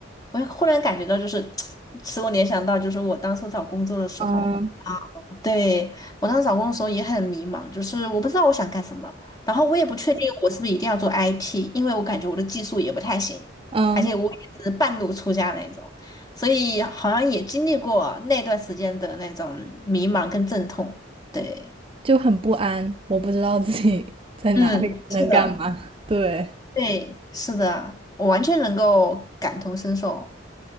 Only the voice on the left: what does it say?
我忽然感觉到就是 <tsk> 使我联想到就是我当初找工作的时候
对，我当时找工作的时候也很迷茫，就是我不知道我想干什么，然后我也不确定我是不是一定要做 IT，因为我感觉我的技术也不太行，
而且我也是半路出家那种，所以好像也经历过那段时间的那种迷茫跟阵痛。对，
嗯，是的，
对，是的，我完全能够感同身受，